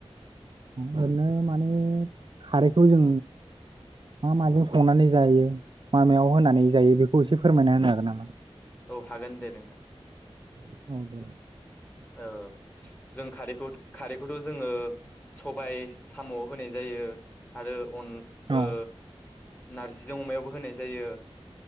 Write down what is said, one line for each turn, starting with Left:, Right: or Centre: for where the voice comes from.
Right: ओरैनो माने खारैखौ जों मा माजों संनानै जायो मा मायाव होनानै जायो बेखौ एसे फोरमायना होनो हागोन नामा?
Left: औ हागोन दे नोंथां।
Right: औ दे
Left: ओ जों खारैखौ खारैखौथ' जोङो सबाय साम' होनाय जायो आरो अन
Right: औ
Left: ओ नारजिजों अमायावबो होनाय जायो।